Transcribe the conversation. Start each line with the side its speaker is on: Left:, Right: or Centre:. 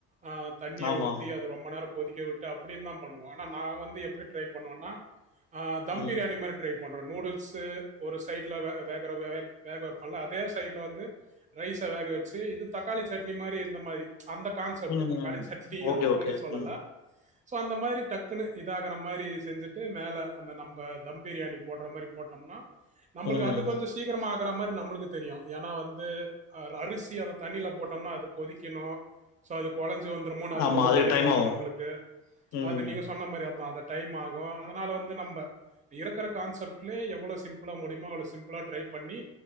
Right: ஆ தண்ணிய
Left: ஆமா. ஆமா.
Right: ஊத்தி அது ரொம்ப நேரம் கொதிக்க விட்டு அப்டின்னு தா பண்ணுவோ ஆனா நா வந்து எப்டி ட்ரை பண்ணுவன்னா ஆ தம்
Left: ம்.
Right: பிரியாணி மாரி ட்ரை பண்றோ நூடுல்ஸ் ஒரு சைடுல வே அ வேகர வேக் வேக வைப்பன்ல அதே சைட்ல வந்து ரைச வேக வச்சு இது தக்காளி சட்னி மாரி இந்த மாரி அந்த கான்செப்ட்
Left: ம்.
Right: தக்காளி சட்னி
Left: ஓகே,
Right: அந்த
Left: ஓகே.
Right: மாரி சொல்லலா
Left: ம்.
Right: சோ அந்த மாரி டக்குன்னு இதாகுற மாரி செஞ்சுட்டு மேல அந்த நம்ப தம் பிரியாணி போடுற மாரி போட்டோம்னா நம்பளுக்கு
Left: ம்.
Right: அது கொஞ்சொ சீக்கிரமா ஆகுற மாரி நம்பளுக்கு தெரியு ஏனா வந்து அ அரிசி அ தண்ணில போட்டோம்னா அது கொதிக்கணு சோ அது கொலஞ்சி வந்துருமோன்னு அது
Left: ஆமா.
Right: ஒரு
Left: அதுக்கு
Right: பயமா
Left: டைம்
Right: இருக்கு
Left: ஆகும்.
Right: நம்மளுக்கு
Left: ம்.
Right: அது நீங்க சொன்ன மாரி அதா அந்த டைம் ஆகு அதனால வந்து நம்ப இருக்குற கான்செப்ட்லே எவ்ளோ சிம்பிளா முடியுமோ அவ்ளோ சிம்ப் ப்ளா ட்ரை பண்ணி